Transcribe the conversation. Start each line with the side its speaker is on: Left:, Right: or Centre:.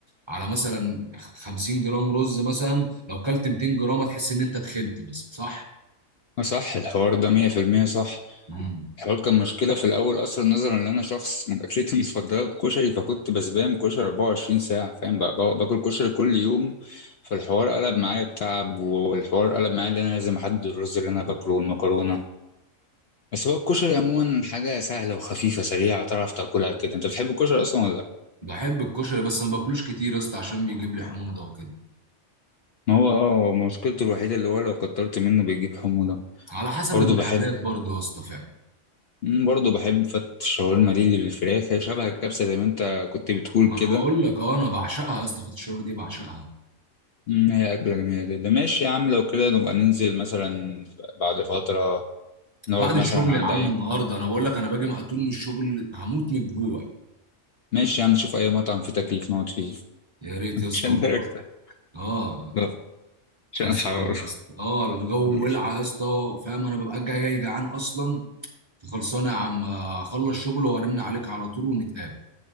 Right: على مثلا 50 جرام رز مثلا لو كلت 200 جرام هتحس ان انت تخنت مثلا صح؟
Left: صح الحوار ده 100% صح
Right: مم.
Left: الحوار كان مشكله في الاول اصلا نظرا ان انا شخص <laughs> من اكلتي المفضله الكشري فكنت بسبام كشري 24 ساعه فاهم بقى بقى- باكل كشري كل يوم فالحوار قلب معايا بتعب والحوار قلب معايا ان انا لازم احدد الرز اللي انا باكله والمكرونه بس هو الكشري عموما حاجة سهلة وخفيفة سريعة تعرف تاكلها كده انت بتحب الكشري اصلا ولا لا؟
Right: بحب الكشري بس ما باكلوش كتير يا اسطى عشان بيجيب لي حموضه وكده
Left: ما هو اه هو مشكلته الوحيدة اللي هو لو كترت منه بيجيب حموضة
Right: على حسب
Left: برضه
Right: المحلات
Left: بحب
Right: برضه يا اسطى فعلا
Left: مم، برضه بحب فتة الشاورما دي اللي بالفراخ هي شبه الكبسة زي ما انت كنت بتقول
Right: ما انا
Left: كده
Right: بقول لك اه انا بعشقها يا اسطى الشوربه دي بعشقها
Left: مم، هي أكلة جميلة جدا ماشي يا عم لو كده نبقى ننزل مثلا بعد فترة نقعد
Right: بعد
Left: مثلا
Right: الشغل
Left: عند
Right: يا عم
Left: أي
Right: النهارده انا بقول لك انا باجي مقتول من الشغل هموت من الجوع
Left: ماشي يا عم نشوف أي مطعم فيه تكييف نقعد فيه
Right: يا ريت
Left: <laughs>
Right: يا اسطى
Left: عشان
Right: والله.
Left: درجتك
Right: اه
Left: لا عشان
Right: خلصانه
Left: الحرارة
Right: يا اسطى اه الجو
Left: ماشي
Right: ولع يا اسطى فاهم انا ببقى جاي جاي جعان اصلا فخلصانه يا عم آه، اخلص شغل وارن عليك على طول ونتقابل